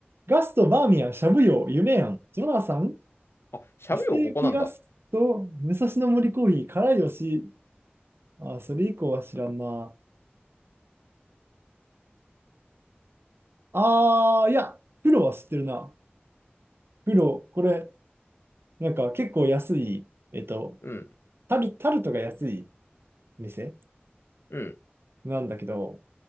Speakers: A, on the right (about 70°); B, on the left (about 85°).
A: ガスト、バーミヤン、しゃぶよ、夢庵ジョナサン、
B: あ、しゃぶよ、
A: ステーキガスト、
B: ここなんだ。
A: 武蔵野森コーヒー、辛いよし。あ、それ以降は知らんな。ああ、いや、プロは知ってるな。プロ、これ、なんか結構安い、えっと、
B: うん。
A: タル、タルトが安い店
B: うん。
A: なんだけど、